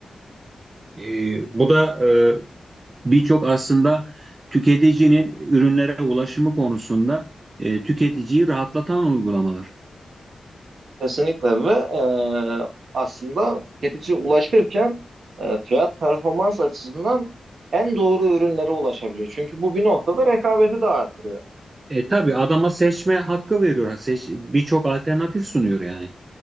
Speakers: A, on the right; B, on the right.
A: Ee, bu da e, birçok aslında tüketicinin ürünlere ulaşımı konusunda e, tüketiciyi rahatlatan uygulamalar.
B: Kesinlikle ve e, aslında tüketiciye ulaşırken e, fiyat performans açısından en doğru ürünlere ulaşabiliyor. Çünkü bu bir noktada rekabeti de artırıyor.
A: E, tabii adama seçme hakkı veriyor. Seç, birçok alternatif sunuyor yani.